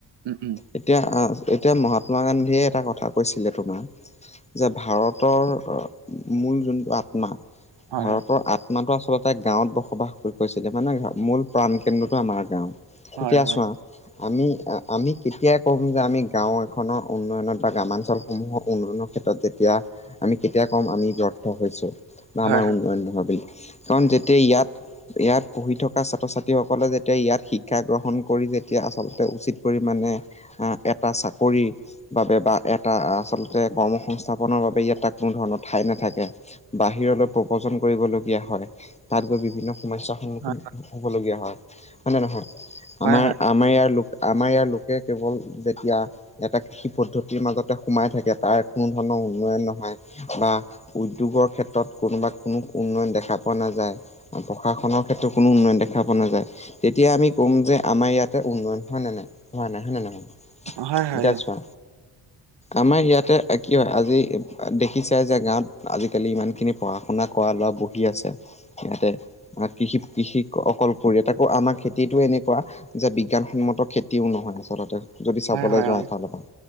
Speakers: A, on the right; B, on the left.
A: উম উম
B: এতিয়া আ এতিয়া মহাত্মা গান্ধীয়ে এটা কথা কৈছিলে তোমাৰ যে ভাৰতৰ মূল যোনটো আত্মা,
A: হয়
B: ভাৰতৰ
A: হয়
B: আত আত্মাটো আচলতে গাঁৱত বসবাস কৰি কৰিছিলে, মানে মূল প্ৰাণ কেন্দ্ৰটো আমাৰ গাঁও।
A: হয়
B: এতিয়া
A: হয়
B: চোৱা আমি আমি কেতিয়া কম যে আমি গাওঁ এখনৰ উন্নয়নত বা গ্ৰামাঞ্চলসমূহৰ উন্নয়নৰ ক্ষেত্ৰত যেতিয়া আমি কেতিয়া কম আমি ব্যৰ্থ হৈছো বা
A: হয়
B: আমাৰ উন্নয়ন নহয় বুলি। কাৰণ যেতিয়া ইয়াত ইয়াত পঢ়ি থকা ছাত্ৰ- ছাত্ৰীসকলে যেতিয়া ইয়াত শিক শিক্ষা গ্ৰহণ কৰি যেতিয়া আচলতে উচিত পৰিমাণে আ এটা চাকৰি বাবে বা এটা আচলতে কৰ্ম সংস্থাপনৰ বাবে ই এটা কোনো ধৰণৰ ঠাই নাথাকে। বাহিৰলৈ প্ৰবজন কৰিবলগীয়া হ'য়। তাত গৈ বিভিন্ন সমস্যা সন্মুখীন
A: হয়
B: হ'বলগীয়া হ'য়। হ'য় নে নহয়? আমাৰ
A: হয় হয়
B: আমাৰ ইয়াৰ লোক আমাৰ ইয়াৰ লোকে কেৱল যেতিয়া এটা কৃষি পদ্ধতিৰ মাজতে সোমাই থাকে। তাৰ কোনো ধৰণৰ উন্নয়ন নহয়। বা উদ্যোগৰ ক্ষেত্ৰত কোনোবা কোনো উন্নয়ন দেখা পোৱা নাযায়। প্ৰশাসনৰ ক্ষেত্ৰত কোনো উন্নয়ন দেখা পোৱা নাযায়। তেতিয়া আমি কম যে আমাৰ ইয়াতে উন্নয়ন হ'য় নে নাই? হোৱা নাই হ'য় নে নহয়?
A: হয় হয় হয়
B: এতিয়া চোৱা আমাৰ ইয়াতে কি হ'য় আজি দেখি চাই যে গাঁৱত আজি-কালি ইমান খিনি পঢ়া-শুনা কৰা ল'ৰা বহি আছে। সিহঁতে কৃষি কৃষি অকল কৰি তাকো আমাৰ খেত খেতিটো এনেকুৱা যে বিজ্ঞানসন্মত খেতিও নহয় আচলতে যদি চাবলৈ
A: হয় হয়
B: যোৱা
A: অ
B: এফালৰ পৰা।